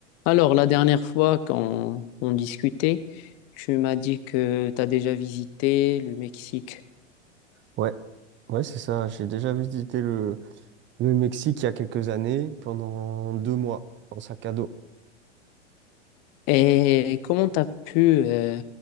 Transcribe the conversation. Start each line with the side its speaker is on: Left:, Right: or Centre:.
Left: Alors, la dernière fois quand on discutait, tu m'as dit que tu as déjà visité le Mexique.
Right: Ouais, ouais, c'est ça. J'ai déjà visité le, le Mexique il y a quelques années pendant deux mois en sac à dos.
Left: Et comment tu as pu euh,